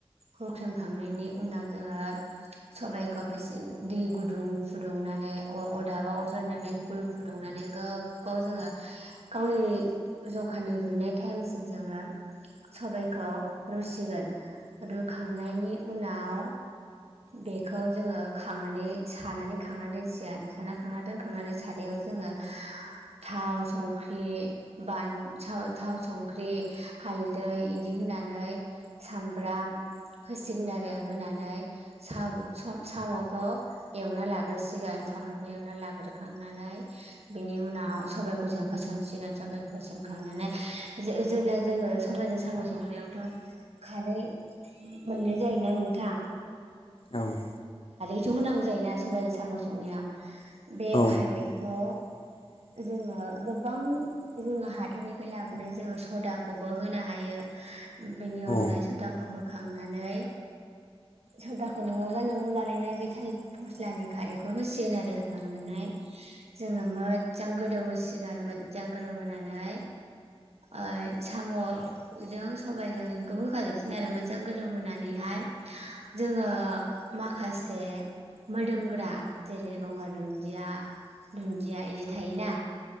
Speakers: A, on the right; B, on the left.
A: हुख्रेमखांनायनि उनाव जोङो सबाइखौ बेसे दि गुदुं फुदुंनानै अ अरदाबाव अर जरायनानै गुदुं फुदुंनानै गोबाव जोङो गावनि जखानि रुइनाय टाइमसिम जोङो सबाइखौ रुसिगोन रुखांनायनि उनाव बेखौ जोङो खांनानै सानानै खांना दोनसिगोन। साना खांना दोनखांनानै सारायाव जोङो थाव संख्रि बान थाव थाव संख्रि हालदै इदि होनानै सामब्राम होसिगोन आरो होनानै सा स साम'खौ एवना लाग्रोसिगोन साम'खौ एवना लाग्रोखांनानै बिनि उनाव सबाइखौ जों होसन गोन सबायखौ होसनखांनानै जेब्ला जोङो सबायजों साम' संनायावथ खारै मोननाय जायोना नोंथां?
B: औ।
A: खौथ' होनांगौ जायोना सबबायजों साम' संनायाव बे
B: औ
A: खारैखौ
B: <inaudible>
A: जोङो गोबां जोङो हाथायनिफ्राय लाबोनाय जोङो सदाखौबो होनो हायो। बिनि
B: औ
A: अनगायै सदाखौबो खांनानै सदाखौ नङाबा न'आव बानायनाय बे थालिर फस्लानि खारैखौ होसिगोन आरो होखांनानै जोङो मोजां गोदौ होसिगोन मोजां गोदौ होनानै ओइ साम'जों सबायाइजों बेखौ होखाजोबसिन आरो मोजां गोदौहोनानैहाय जोङो माखासे मोदोमग्रा जेरै गंगार दुन्दिया दुन्दिया बिदि थायोना